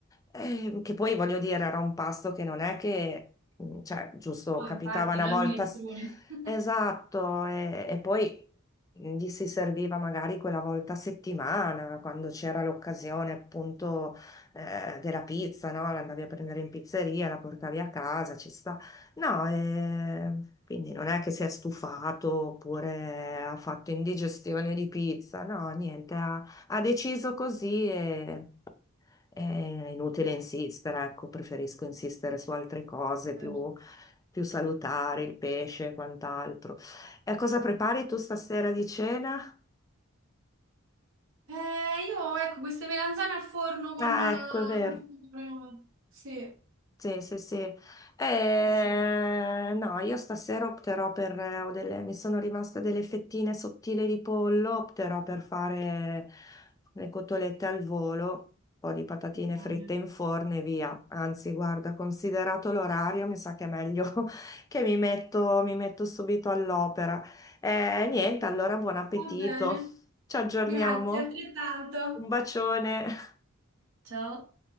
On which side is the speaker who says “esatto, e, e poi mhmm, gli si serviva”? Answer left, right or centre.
Left